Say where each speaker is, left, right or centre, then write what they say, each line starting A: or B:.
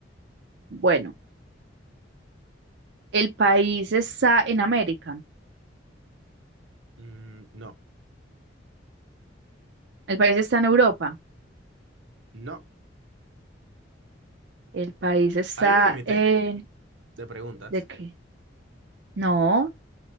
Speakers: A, on the right; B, on the right.
A: Bueno, el país está en América.
B: Mm, no.
A: El país está en Europa.
B: No.
A: El país está
B: Hay un límite
A: en...
B: de preguntas.
A: ¿De qué? No,